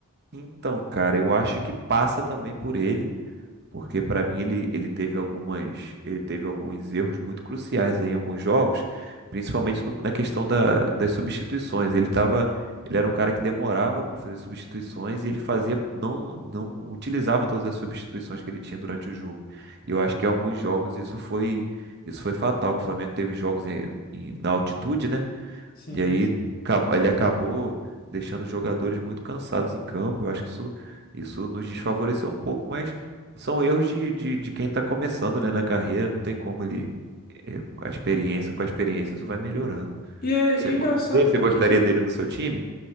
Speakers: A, on the right (about 50°); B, on the left (about 40°).
A: Então, cara, eu acho que passa também por ele. Porque para mim ele, ele teve algumas, ele teve alguns erros muito cruciais aí em alguns jogos, principalmente no- na questão da- das substituições. Ele tava, ele era um cara que demorava para fazer substituições e ele fazia não não utilizava todas as substituições que ele tinha durante o jogo. E eu acho que em alguns jogos isso foi isso foi fatal, que o Flamengo teve jogos em, em- na altitude, né?
B: Sim.
A: E aí acab- ele acabou deixando os jogadores muito cansados em campo. Eu acho que isso, isso nos desfavoreceu um pouco, mas são erros de, de, de quem está começando, né, na carreira. Não tem como ele. eh, A experiência, com a experiência, isso vai melhorando.
B: E é,
A: Você
B: e é
A: gosta
B: engraçado
A: dele? Você
B: porque...
A: gostaria dele no seu time?